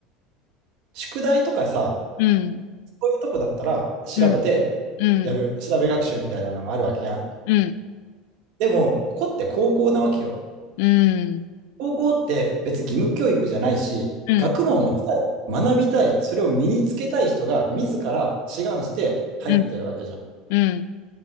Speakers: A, on the right; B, on the left.
A: 宿題とかさ、
B: うん。
A: そういうとこだったら調べてやる、
B: うん。うん。
A: 調べ学習みたいなのもあるわけや
B: うん。
A: でも、ここって高校なわけよ。
B: うん。
A: 高校って別に義務教育じゃないし、
B: うん。
A: 学問をしたい、学びたい、それを身につけたい人が自ら志願して入ってるわけじゃん。
B: うん。うん。